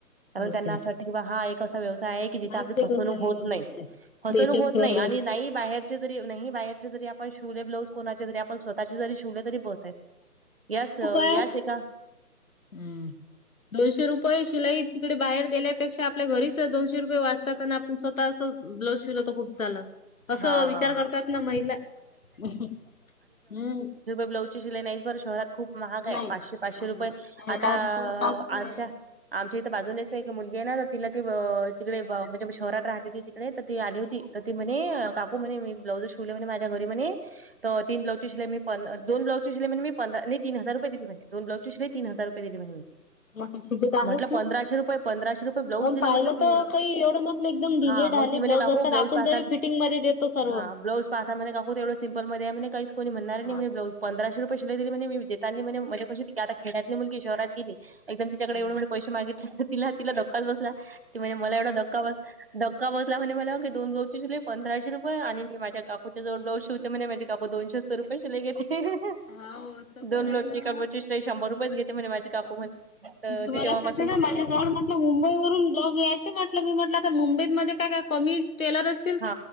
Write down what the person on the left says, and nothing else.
होतात.
हाच
एक
असा
व्यवसाय
आहे
की याच्यात
फ्रॉड
खूपंं,
हम्म. दोनशे रुपये शिलाई तिकडे बाहेर देल्यापेक्षा आपल्या घरीच दोनशे रुपये वाचतात, आण आप स्वतःचच ब्लाउज शिवलं तर खूप चलं,, अस़ं
विचार
करतात ना महिला,,, हम्म
नाही
नाही
नाही शहरात
तर पाचशे
आहे.
मोठ्या सिटीत आहेच
ना.
पण
पाहिलं
तर काही एवढं नसलं एकदम ढिले
ढाले
ब्लाऊज
असतात
आपण
तरी फिटिंग मध्ये देतो सर्व.
हा
हम्म.
हा हो तसच
आहे
ना
तुम्हाला
सांगते ना माझ्या जाऊनपण मुंबई वरून ब्लाउज यायचे म्हटलं, की म्हटलंतरं मुंबईतमध्ये काय काय कमी टेलरयेत